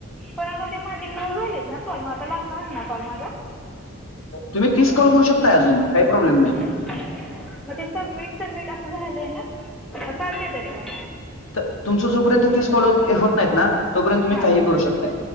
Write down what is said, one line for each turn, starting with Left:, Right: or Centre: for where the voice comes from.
Centre: पण आता ते मध्ये नऊ झालेत ना कॉल म आता लागणार नाय ना कॉल माझा.
Left: तुम्ही तीस कॉल करू शकताय अजून काय प्रॉब्लेम नाही.
Centre: म ते सबमिट सबमिट असं झालंय ना चालते तरी पण.
Left: तर तुमचं जोपर्यंत तीस कॉल होत हे होत नाहीत ना तोपर्यंत तुम्ही
Centre: हां
Left: काही ही करू शकताय